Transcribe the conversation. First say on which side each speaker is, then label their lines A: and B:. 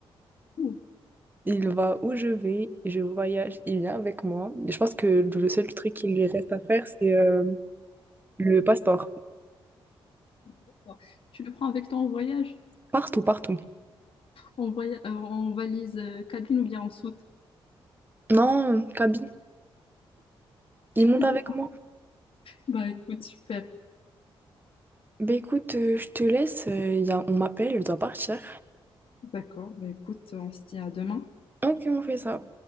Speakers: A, on the left; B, on the right.
A: Ouh,
B: Il va où je vais, je voyage, il vient avec moi. Je pense que le seul truc qui lui reste à faire, c'est euh, le passeport.
A: d'accord. Tu le prends avec toi en voyage?
B: Partout, partout.
A: En, voya- euh, en valise euh, cabine ou bien en soute?
B: Non, Kaby, il monte
A: D'accord.
B: avec moi.
A: Bah écoute, super.
B: Bah écoute, euh, je te laisse, euh, il y a- on m'appelle, je dois partir.
A: D'accord. Bah écoute, on se dit à demain.
B: Ok, on fait ça.